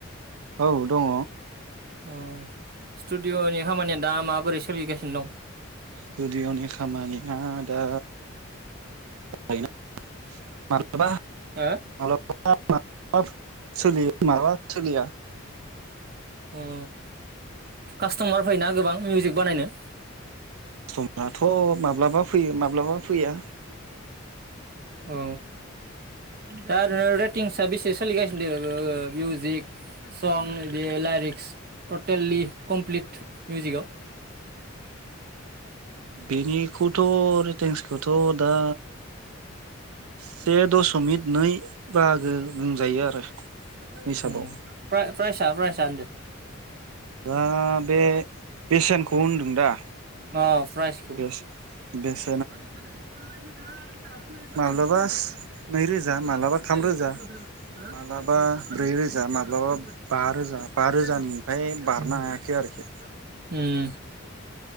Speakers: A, on the right (about 80°); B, on the right (about 45°).
A: औ दङ
B: <unintelligible> अ स्टुडिअनि खामानिया दा माबोरै सोलिगासिनो दं?
A: स्टुडिअनि खामानिया दा <unintelligible> हाबा हेलौ।
B: हो
A: <unintelligible> ओ सोलियो माबा थोलिया
B: अ कास्टमार फैयोना गोबां मिउजिक बानायनो?
A: समाथ माब्लाबा फैयो माब्लाबा
B: <unintelligible>
A: फैया
B: औ दा ओरैनो रेटिंस बेसे सोलिगासिनो ओ मिउजिक सं बिदि लारिक्स टटेलि कमप्लिट मिउजिकआव?
A: बेनिखौथ रेटिंस खौथ दा से दशमिक नै बाहागो बुंजायो आरो
B: ओम
A: हिसाबाव
B: प्राइसा प्राइसा होनदो।
A: दा बे बेसेनखौ होनदों दा
B: अ प्राइसखौ
A: बेस-बेस
B: <unintelligible>
A: माब्लाबा नैरोजा माब्लाबा थाम रोजा माब्लाबा
B: उम।
A: ब्रै रोजा माब्लाबा बा रोजा बा रोजानिफ्राय बारनो हायाखै आरोखि